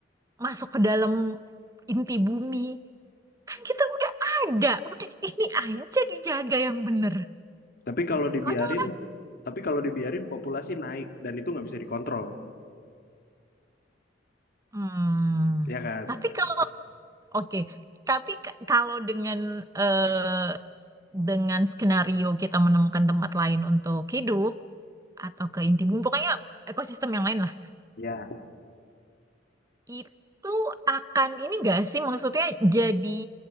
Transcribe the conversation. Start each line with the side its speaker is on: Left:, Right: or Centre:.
Right: masuk ke dalam inti bumi. Kan kita udah ada, udah ini aja dijaga yang bener.
Left: Tapi kalau dibiarin,
Right: Konyol kan?
Left: tapi kalau dibiarin populasi naik dan itu nggak bisa dikontrol,
Right: Hmm.
Left: ya kan?
Right: Tapi kalau oke, Tapi k- kalau dengan eh, dengan skenario kita menemukan tempat lain untuk hidup atau ke inti bumi, pokoknya ekosistem yang lain lah.
Left: Ya.
Right: Itu akan ini gak sih maksudnya jadi